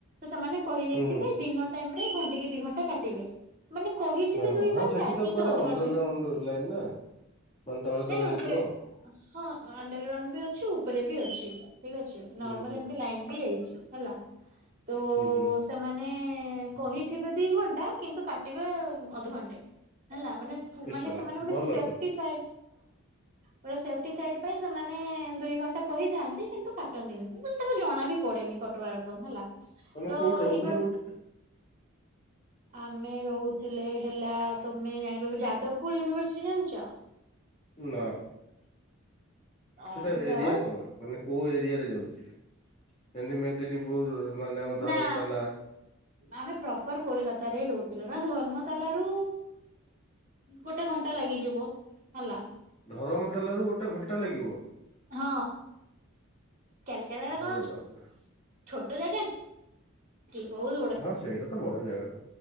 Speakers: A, on the right; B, on the left.
A: ସେମାନେ କହିଦେଇଥିବେ
B: ହୁଁ ହୁଁ।
A: ଦିନ ଟାଇମରେ ଘଣ୍ଟା କି ଦି ଘଣ୍ଟା କାଟିବେ ମାନେ କହି ଥିବେ
B: ଓହୋ
A: ଦୁଇ
B: ହଁ
A: ଘଣ୍ଟା
B: ହଁ ସେଠି ତ
A: କିନ୍ତୁ
B: କୁଆଡେ
A: ଅଧଘଣ୍ଟା
B: ଅଣ୍ଡରଗ୍ରାଉଣ୍ଡ ଲାଇନ ନା ମାନେ ତଳେ
A: ନାଇଁ
B: ତଳେ
A: ନାଇ
B: ଯାଇଥିବ।
A: ଉପରେ? ହଁ ଅଣ୍ଡର ଗ୍ରାଉଣ୍ଡ ବି ଅଛି ଉପରେ ବି ଅଛି ଠିକ ଅଛି
B: ହୁଁ
A: ନର୍ମାଲ
B: ହୁଁ
A: ଏମିତି ଲାଇନ ବି ଯାଇଛି ହେଲା ତ
B: ହୁଁ ହୁଁ
A: ସେମାନେ କହିଥିବେ ଦି ଘଣ୍ଟା କିନ୍ତୁ କାଟିବା ଅଧଘଣ୍ଟେ ହେଲା ମାନେ
B: ନିଶ୍ଚୟ
A: ମାନେ ସେମାନେ ଗୋଟେ
B: ଭଲ
A: ସେଫ୍ଟି
B: ତ।
A: ହଁ। ଗୋଟ ସେଫ୍ଟି ସାଇଟ ପାଇଁ ସେମାନେ ଦୁଇ ଘଣ୍ଟା କହିଥାନ୍ତି କିନ୍ତୁ କାଟନ୍ତିନି କିନ୍ତୁ ସେଟ ଜଣା ବି ପଡେନି କଟବା ରକମ ହେଲା
B: ତମେ
A: ତ
B: କୋଉଠି ରହୁଥିଲ
A: ଇନ୍ଭ
B: କୋଉଠି?
A: ଆମେ ରହୁଥିଲେ ହେଲା ତମେ ଜାଣିପାରିବ ଯାଦବପୁର ୟୁନିଭରସିଟି ଜାଣିଛ?
B: ନା
A: ହଁ
B: ସେଟା ଏରିଆ
A: ଯାଅ
B: କ ମାନେ କୋଉ ଏରିଆରେ ଯାଉଛି ଯେମିତି ମେଦିନୀପୁର ମାନେ ଆମ ଧରମତାଲା
A: ନା ଆମେ ପ୍ରପର କୋଲକାତାରେ ହ ରହୁଥିଲୁ। ମାନେ ଧର୍ମତାଲ ରୁ ଗୋଟେ ଘଣ୍ଟା ଲାଗିଯିବ ହେଲା
B: ଧରମତାଲା ରୁ ଗୋଟେ ଘଣ୍ଟା ଲାଗିବ?
A: ହଁ। କାଲକାଟା ଟା
B: ଆରେ
A: କଣ
B: ବାପରେ
A: ଛୋଟ ଜାଗା କି ବହୁତ ବଡ।
B: ହଁ ସେଇଟା ତ ବଡ ଜାଗା ଟା